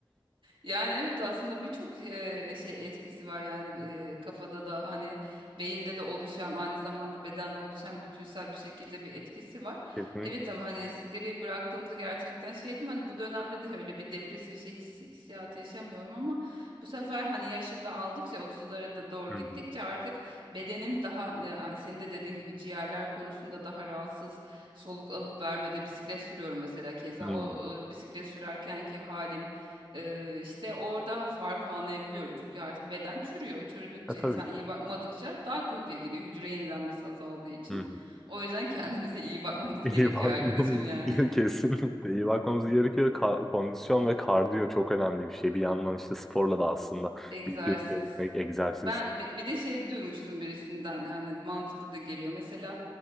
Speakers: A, on the right; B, in the centre.
A: Yani evet aslında birçok e, şey etkisi var yani e, kafada da hani beyinde de oluşan aynı zamanda bedende oluşan bütünsel bir şekilde bir etkisi var.
B: Kesinlikle.
A: Evet ama hani sigarayı bıraktığımda gerçekten şeydim hani bu dönemde de öyle bir depresif şey hissi- hissiyatı yaşamıyorum ama bu sefer hani yaşı da aldıkça 30'lara da doğru
B: Hı
A: gittikçe
B: hı.
A: artık bedenim daha e, senin de dediğin gibi ciğerler konusunda daha rahatsız soluk alıp vermede bisiklet sürüyorum mesela keza
B: Hı.
A: o, o bisiklet sürerkenki halim ee, işte orada farkı anlayabiliyorum. Çünkü artık beden çürüyor. Çürüdükçe
B: E, tabii
A: sen iyi
B: ki.
A: bakmadıkça daha kötüye gidiyor. Hücre yenilenmesi azaldığı için.
B: Hı hı.
A: O yüzden kendimize iyi bakmamız
B: İyi
A: gerekiyor
B: bakmamız
A: arkadaşım yani.
B: gerekiyor <laughs> kesinlikle. iyi bakmamız gerekiyor. Ka- kondisyon ve kardiyo çok önemli bir şey. Bir yandan işte sporla da aslında
A: <laughs> Egzersiz.
B: bilgi edinmek, egzersiz.
A: Ben bi- bir de şey duymuştum birisinden yani mantıklı da geliyor. Mesela